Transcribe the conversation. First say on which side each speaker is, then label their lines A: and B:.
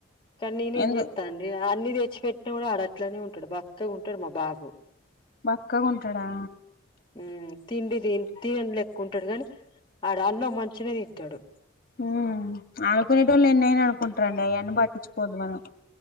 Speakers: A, on the left; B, on the left.
A: కానీ నేనేం
B: ఎందు
A: చేత్తన్. డె అన్ని తెచ్చిపెట్టిన కూడా ఆడట్లనే ఉంటడు బక్కగుంటడు మా బాబు.
B: బక్కగుంటడా.
A: ఊ తిండి తి తినని లెక్కు ఉంటడు గానీ ఆడు అన్నం మంచిగా తింటాడు.
B: ఉమ్ ఆనుకునేటోళ్ళు ఎన్ని అయన అనుకుంటరండి అయన్నీ పట్టిచ్చుకోవద్దు మనం